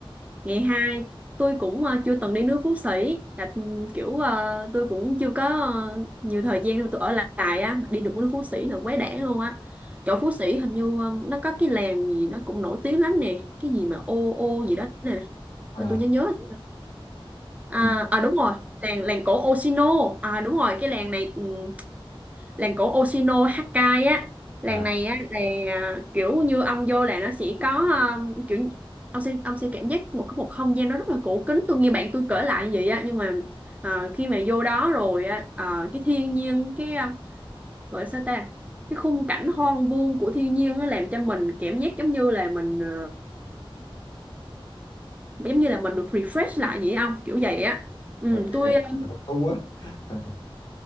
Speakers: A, on the right; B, on the left.
A: ngày hai tôi cũng ờ, chưa từng đi nước Phú Sĩ là ừ, kiểu ờ, tôi cũng chưa có ờ, nhiều thời gian để mà tôi ở lại á đi được nước Phú Sĩ là quá đẻ luôn á chỗ Phú Sĩ hình như ờ, nó có cái làng gì nó cũng nổi tiếng lắm nè cái gì mà ô ô gì đó này
B: à
A: Ôi, tôi nhớ nhớ rồi. à,
B: nhưng
A: à đúng rồi làng làng cổ Oshino à đúng rồi cái làng này ừm, làng cổ Oshino Hakkai á làng
B: mà à,
A: này á là à, kiểu như ông vô là nó sẽ có à, kiểu ông sẽ ông sẽ cảm giác một cái một không gian nó rất là cổ kính tôi nghe bạn tôi kể lại như vậy á nhưng mà à, khi mà vô đó rồi á à, cái thiên nhiên cái à, gọi là sao ta cái khung cảnh hoang vu của thiên nhiên nó làm cho mình cảm giác giống như là mình à, giống như là mình được refresh lại vậy không kiểu vậy á ừ
B: mấy
A: tôi
B: cái
A: <laughs>
B: thú á <laughs>